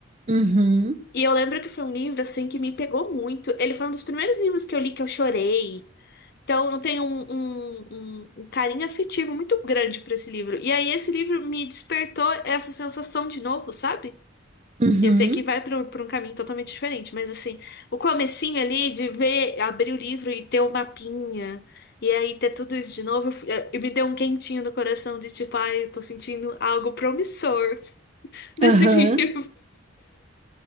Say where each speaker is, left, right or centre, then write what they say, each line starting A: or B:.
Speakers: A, on the right; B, on the left.
A: Uhum,
B: E eu lembro que foi um livro, assim, que me pegou muito. Ele foi um dos primeiros livros que eu li que eu chorei. Então, eu tenho um, um, um- um carinho afetivo muito grande por esse livro. E aí, esse livro me despertou essa sensação de novo, sabe?
A: uhum,
B: Eu sei que vai para um caminho totalmente diferente, mas assim, o comecinho ali de ver, abrir o livro e ter o mapinha, e aí ter tudo isso de novo, eu, fui- eh, eu me deu um quentinho no coração de tipo, ai, eu tô sentindo algo promissor <laughs> desse
A: aham,
B: livro.